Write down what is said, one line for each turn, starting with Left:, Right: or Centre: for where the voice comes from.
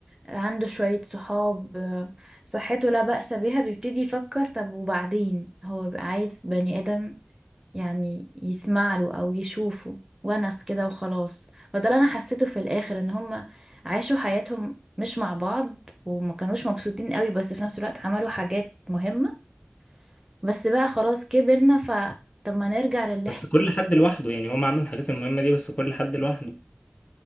Right: عنده شوية صحاب آه، صحته لا بأس بها بيبتدي يفكر طب وبعدين هو بيبقى عايز بني آدم يعني يسمع له او يشوفه ونس كده وخلاص فده اللي انا حسيته في الاخر ان هم عاشوا حياتهم مش مع بعض وما كانوش مبسوطين قوي بس في نفس الوقت عملوا حاجات مهمة بس بقى خلاص كبرنا ف طب ما نرجع للي
Left: بس
Right: احنا
Left: كل حد لوحده يعني هم عاملين الحاجات المهمة دي بس كل حد لوحده